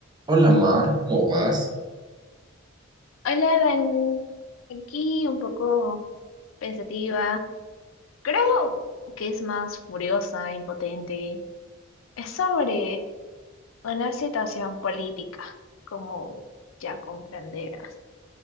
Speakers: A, on the right; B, on the left.
A: Hola Mar, ¿cómo vas?
B: Hola, Dan. Aquí un poco pensativa. Creo que es más furiosa, impotente. Es sobre una situación política, como ya comprenderás.